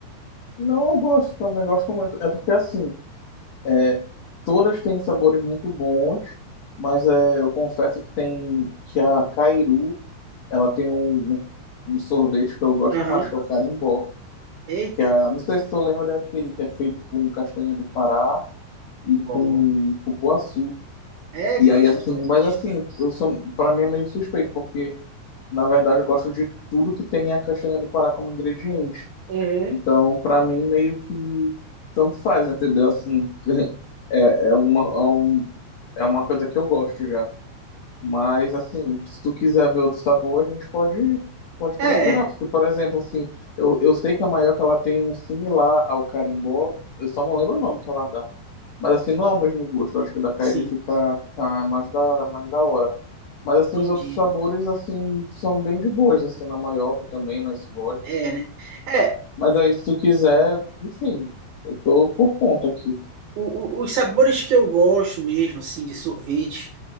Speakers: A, on the left; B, on the right.
A: Não, eu gosto também, gosto muito. É porque assim, é, todas têm sabores muito bons, mas é, eu confesso que tem que a Cairu Ela tem um, um, um sorvete que eu gosto
B: Aham.
A: mais, que é o carimbó.
B: Eita,
A: Que é, não sei se tu lembra é aquele que é feito com castanha do Pará e
B: Bom,
A: com cupuaçu.
B: égua,
A: E aí,
B: bem
A: assim,
B: diferente.
A: mas assim, eu sou, para mim é meio suspeito, porque na verdade eu gosto de tudo que tem a castanha do Pará como ingrediente.
B: Uhum.
A: Então, para mim, meio que tanto faz, entendeu? Assim, <laughs> é, é, uma, é um- é uma coisa que eu gosto já. Mas assim, se tu quiser ver outro sabor, a gente pode, pode procurar.
B: É,
A: Porque, por exemplo, assim, eu, eu sei que a Maioca ela tem um similar ao carimbó, eu só não lembro o nome que ela dá. Mas assim, não é o mesmo gosto. Eu acho que da Cairo
B: sim,
A: fica, fica mais da, mais da hora. Mas assim,
B: entendi.
A: os outros sabores, assim, são bem de boas, assim, na Maioca também, na esbode.
B: É, né? É.
A: Mas aí, se tu quiser, enfim, eu tô por conta aqui.
B: o- o- os sabores que eu gosto mesmo, assim, de sorvete,